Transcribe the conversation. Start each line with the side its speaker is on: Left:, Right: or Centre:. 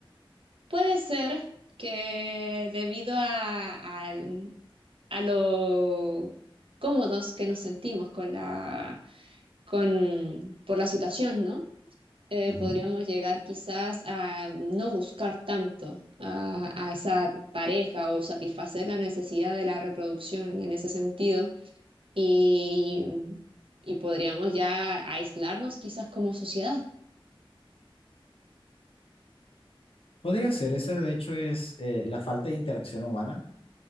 Right: puede ser que debido a, al- a lo cómodos que nos sentimos con la, con, por la situación, ¿no? eh,
Left: Ujú.
Right: podríamos llegar quizás a no buscar tanto a, a esa pareja o satisfacer la necesidad de la reproducción en ese sentido y, y podríamos ya aislarnos quizás como sociedad.
Left: Podría ser, ese de hecho es eh, la falta de interacción humana,